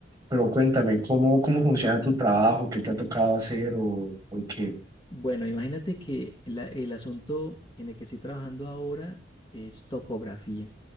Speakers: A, on the right; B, on the left.
A: Pero cuéntame, ¿cómo, cómo funciona tu trabajo? ¿Qué te ha tocado hacer o, o qué?
B: Bueno, imagínate que la- el asunto en el que estoy trabajando ahora es topografía.